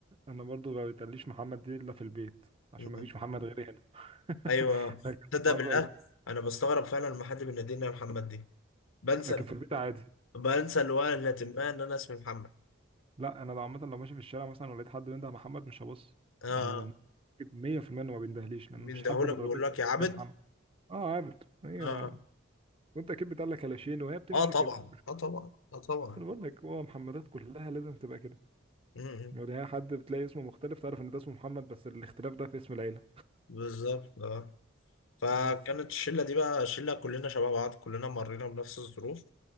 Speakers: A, on the right; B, on the left.
A: انا برضو ما بيتقاليش محمد دي الا في البيت عشان
B: اه
A: ما فيش محمد غيري هنا <laughs>
B: ايوه
A: لكن
B: تصدق
A: بره
B: بالله
A: ال...
B: انا بستغرب فعلا لما حد بيناديني يا محمد دي بنسى
A: لكن في البيت عادي
B: بنسى الوهلة ما ان انا اسمي محمد
A: لا انا لو عامة لو ماشي في الشارع مثلا ولقيت حد بينده محمد مش هبص
B: اه
A: يعني انا أكيد 100% انه ما بيندهليش لان
B: بيندهولك
A: مفيش حد بره
B: بيقول
A: البيت
B: لك
A: ما بيقول
B: يا عبد
A: لي محمد اه عارف هي
B: اه
A: وانت اكيد بتقول لك كلاشين وهي بتمشي
B: اه طبعا
A: كده
B: اه طبعا اه طبعا
A: انا بقول لك هو محمدات كلها لازم تبقى كده
B: امم
A: يعني هي حد بتلاقي اسمه مختلف تعرف ان ده اسمه محمد بس الاختلاف ده في اسم العيلة
B: بالظبط اه
A: <laughs>
B: فكانت
A: بس
B: الشله دي بقى شله كلنا شباب بعض كلنا مرينا بنفس الظروف